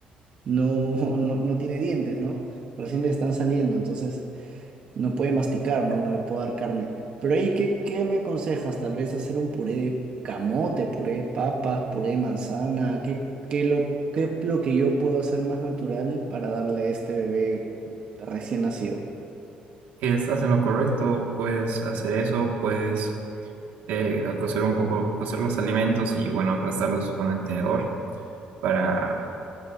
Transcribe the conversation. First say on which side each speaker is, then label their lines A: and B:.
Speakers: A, on the right (about 40°); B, on the right (about 85°).
A: no, <laughs> no, no tiene dientes, ¿no? Recién le están saliendo, entonces no puede masticar, ¿no? No le puedo dar carne. Pero ahí, ¿qué, qué me aconsejas? Tal vez hacer un puré de camote, puré de papas, puré de manzana. ¿Qué, qué lo, qué es lo que yo puedo hacer más natural para darle a este bebé recién nacido?
B: Estás en lo correcto, puedes hacer eso, puedes eh, cocer un poco, cocer los alimentos y, bueno, aplastarlos con el tenedor para